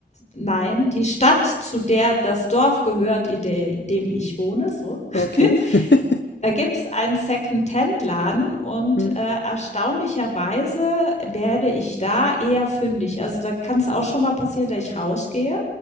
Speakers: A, on the left; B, on the left.
A: nein, die Stadt, zu der das Dorf gehört, in der, dem ich wohne, so, <laughs>
B: okay. <laughs>
A: Da gibt's einen Secondhand-Laden und,
B: Hm.
A: äh, erstaunlicherweise werde ich da eher fündig. Also, da kann es auch schon mal passieren, dass ich rausgehe